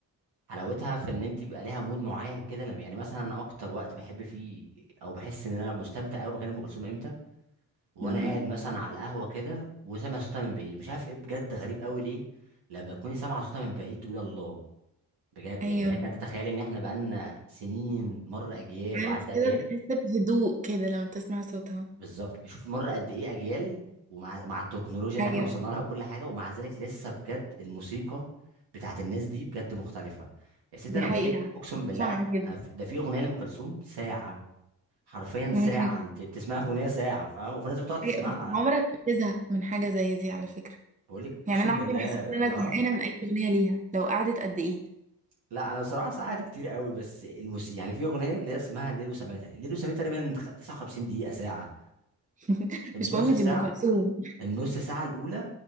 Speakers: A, on the right; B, on the right.
A: حلاوتها في ان انت بيبقى ليها مود معين كده لما يعني مثلا انا اكتر وقت بحب فيه او بحس ان انا مستمتع قوي باغاني ام كلثوم امتى وانا
B: امم
A: قاعد مثلا على القهوة كده وسامع صوتها من بعيد مش عارف ايه بجد غريب قوي ليه لما تكوني سامعة صوتها من بعيد تقول الله بجد
B: ايوه
A: يعني لك انت تتخيل ان احنا بقالنا سنين مر اجيال
B: عارف
A: وعدى اجيال
B: كده بتحس بهدوء كده لما بتسمع صوتها
A: بالظبط بشوف مر قد ايه اجيال ومع مع التكنولوجيا اللي
B: ايوه
A: احنا وصلنا لها وكل حاجه ومع ذلك لسه بجد الموسيقى بتاعت الناس دي بجد مختلفه يا سيدي
B: دي
A: انا
B: حقيقة
A: بقول لك اقسم بالله
B: متفقة معاك جدا
A: أنا في- ده في اغنيه لام كلثوم ساعه حرفيا
B: مم.
A: ساعه انت بتسمعها اغنيه ساعه فاهم وفي ناس بتقعد
B: حقيقة.
A: تسمعها
B: بس عمرك بتزهق من حاجة زي دي على فكرة
A: بقول لك اقسم
B: يعني أنا عمري
A: بالله
B: ما حسيت إن أنا زهقانة
A: اه
B: من أي أغنية ليها لو قعدت قد إيه
A: لا انا بصراحه ساعه دي كتير قوي بس الموسيقى يعني في اغنيه اللي هي اسمها الليل وسماه تقريبا. الليل وسماه تقريبا 59 دقيقه ساعه
B: <laughs>
A: النص
B: مش مهم
A: ساعة
B: دي أم كلثوم
A: النص ساعة الأولى